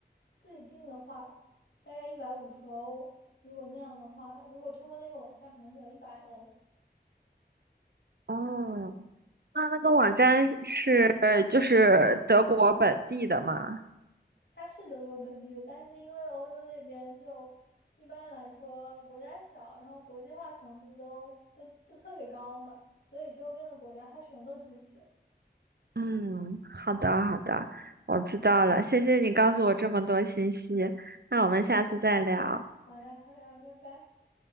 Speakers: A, on the left; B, on the right.
A: 自己订的话，大概一百五十欧。如果那样的话，如果通过那个网站，可能只要一百欧。
B: 哦，那那个网站是就是德国本地的吗？
A: 嗯。他是德国本地的，但是因为欧洲这边就一般来说国家小，然后国际化程度都都都特别高嘛，所以周边的国家他全都支持。
B: 嗯，好的好的，我知道了，谢谢你告诉我这么多信息，那我们下次再聊，
A: 嗯，好呀，好呀，拜拜。